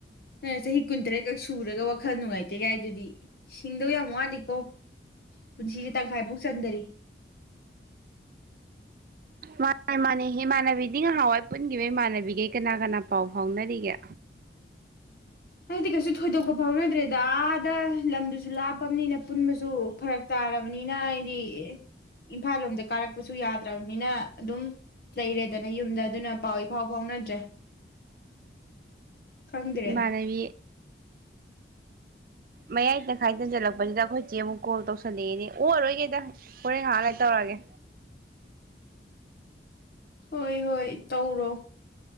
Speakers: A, on the left; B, on the right.
A: ꯆꯍꯤ ꯀꯨꯟ ꯇꯔꯦꯠꯀꯛ ꯁꯨꯔꯒ ꯋꯥꯈꯜ ꯅꯨꯡꯉꯥꯏꯇꯦ ꯀꯥꯏ ꯗꯨꯗꯤ ꯁꯤꯡꯗꯧ ꯌꯥꯝ ꯋꯥꯠꯂꯤꯀꯣ ꯄꯨꯟꯁꯤꯖꯤ ꯇꯪꯈꯥꯏꯕꯧ ꯆꯟꯗꯔꯤ
B: ꯃꯥꯅꯦ ꯃꯥꯅꯦ ꯏꯃꯥꯟꯅꯕꯤꯗꯤ ꯉꯍꯥꯟꯋꯥꯏ ꯄꯨꯟꯒꯤꯕꯩ ꯃꯥꯟꯅꯕꯤꯒꯩ ꯀꯅꯥ ꯀꯅꯥ ꯄꯥꯎ ꯐꯥꯎꯅꯔꯤꯒꯦ
A: ꯍꯥꯏꯗꯤ ꯀꯩꯁꯨ ꯊꯣꯏꯗꯣꯛꯄ ꯐꯥꯎꯅꯗ꯭ꯔꯦꯗꯥ ꯑꯥꯗ ꯂꯝꯗꯨꯁꯨ ꯂꯥꯞꯄꯝꯅꯤꯅ ꯄꯨꯟꯕꯁꯨ ꯐꯔꯛ ꯇꯥꯔꯕꯅꯤꯅ ꯍꯥꯏꯗꯤ ꯏꯝꯐꯥꯜ ꯂꯣꯝꯗ ꯀꯥꯔꯛꯄꯁꯨ ꯌꯥꯗ꯭ꯔꯕꯅꯤꯅ ꯑꯗꯨꯝ ꯂꯩꯔꯦꯗꯅ ꯌꯨꯝꯗ ꯑꯗꯨꯅ ꯄꯥꯎ ꯏꯐꯥꯎ ꯐꯥꯎꯅꯗ꯭ꯔꯦ ꯈꯪꯗ꯭ꯔꯦꯗ
B: ꯏꯃꯥꯅꯕꯤ ꯃꯌꯥꯏ ꯇꯪꯈꯥꯏ ꯆꯟꯖꯜꯂꯛꯄꯖꯤꯗ ꯑꯈꯣꯏ ꯆꯦ ꯑꯃꯨꯛ ꯀꯣꯜ ꯇꯧꯁꯜꯂꯛꯑꯦꯅꯦ ꯑꯣꯛꯑꯔꯣꯏ ꯒꯦꯗ ꯍꯣꯔꯦꯟ ꯉꯥꯏꯍꯥꯛ ꯂꯩꯔ ꯇꯧꯔꯒꯦ
A: ꯍꯣꯏ ꯍꯣꯏ ꯇꯧꯔꯣ